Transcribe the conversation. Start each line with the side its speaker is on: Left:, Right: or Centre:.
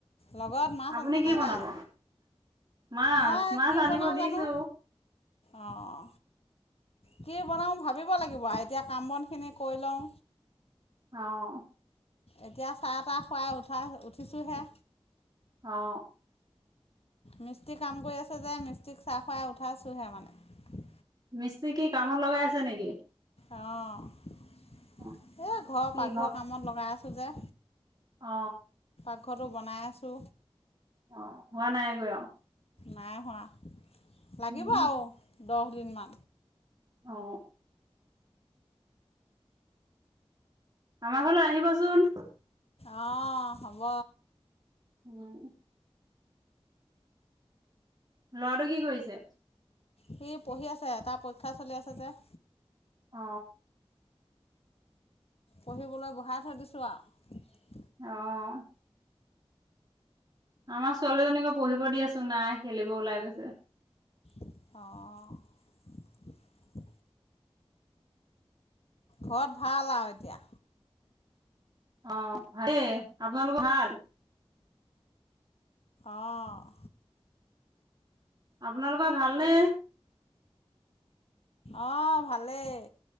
Left: লগত মাছ
Right: আপুনি
Left: আছেনে
Right: কি বনাব
Left: নাই
Right: মাছ
Left: মই
Right: মাছ
Left: কি
Right: আনিব
Left: বনাওঁ
Right: দিছো
Left: জানো অঁ কি বনাওঁ ভাবিব লাগিব এতিয়া কাম বনখিনি কৰি লওঁ
Right: অ
Left: এতিয়া চাহ তাহ খুৱাই উঠাই উঠিছোঁহে
Right: অ
Left: মিস্ত্ৰী কাম কৰি আছে যে মিস্ত্ৰীক চাহ খুৱাই উঠাইছোহে মানে
Right: মিস্ত্ৰী কি কামত লগাই আছে নেকি
Left: অ এ
Right: অ
Left: ঘৰৰ
Right: কি
Left: পাকঘৰৰ
Right: ঘৰ
Left: কামত লগাই আছে পূজা
Right: অ
Left: পাকঘটো বনাই আছো
Right: অ হোৱা নাইগৈ আও
Left: নাই হোৱা লাগিব
Right: উম
Left: আও দহ দুইমা
Right: অ আমাৰ ঘৰলৈ আহিবচোন
Left: অহ হ'ব
Right: উম লৰাটো কি কৰিছে
Left: সি পঢ়ি আছে তাৰ পৰীক্ষা চলি আছে যে
Right: অ
Left: পঢ়িবলৈ বঢ়াই থৈ দিছোঁ আৰু
Right: অহ আমাৰ ছোৱালীজনীকো পঢ়িব দি আছো নাই খেলিব ওলাই গৈছে
Left: অহ ঘৰত ভাল আও এতিয়া?
Right: অ ভালেই। আপোনালোকৰ ভাল?
Left: অহ
Right: আপোনালোকৰ ভালনে?
Left: অ ভালেই।